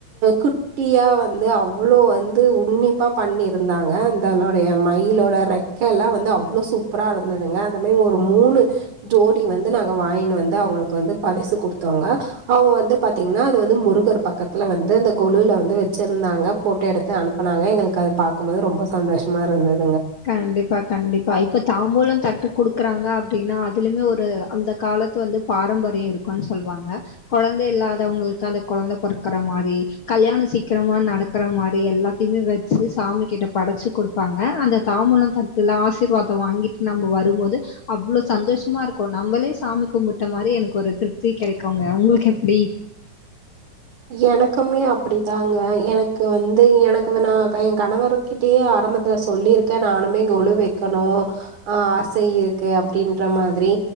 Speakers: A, on the right (about 75°); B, on the left (about 45°).
A: குட்டியா வந்து அவ்ளோ வந்து உன்னிப்பா பண்ணிருந்தாங்க அந்தலோடய மயிலோட ரெக்க எல்லா வந்து அவ்ளோ சூப்பரா இருந்ததுங்க அந்த மாரி ஒரு மூணு ஜோடி வந்து நாங்க வாயின்னுவந்து அவுங்களுக்கு வந்து பரிசு குடுத்தோங்க அவுங்க வந்து பாத்தீங்கன்னா அது வந்து முருகர் பக்கத்துல வந்து அந்த கொலுல வந்து வெச்சிருந்தாங்க ஃபோட்டோ எடுத்து அனுப்புனாங்க எங்களுக்கு அது பாக்கும்போது ரொம்ப சந்தோஷமா இருந்தது
B: கண்டிப்பா கண்டிப்பா இப்ப தாம்பூலந் தட்டு குடுக்கறாங் க அப்டினா அதுலயுமே ஒரு அந்த காலத்து வந்து பாரம்பரியோ இருக்குனு சொல்வாங்க கொழந்த இல்லாத வங்களுக்கு அந்த கொழந்த பொறக்கற மாரி கல்யாணோ சீக்கிரமா நடக்கிற மாரி எல்லாத்தையுமே வெச்சு சாமி கிட்ட படச்சு குடுப்பாங்க அந்த தாம்பூலந்தட்ல ஆசீர்வாதோ வாங்கிட்டு நம்ம வரும்போது அவ்ளோ சந்தோஷமா இருக்கு நம்மளே சாமி கும்பிட்ட மாரி எனக்கு ஒரு திருப்தி கெடைக்குங்க உங்களுக்கு எப்டி
A: எனக்குமே அப்டிதாங்க எனக்கு வந்து எனக்கு நா என் கணவர் கிட்டயே ஆரம்பத்துல சொல்லிருக்க நானுமே கொழு வெக்கணு ஆசை இருக்கு அப்டின்ற மாதிரி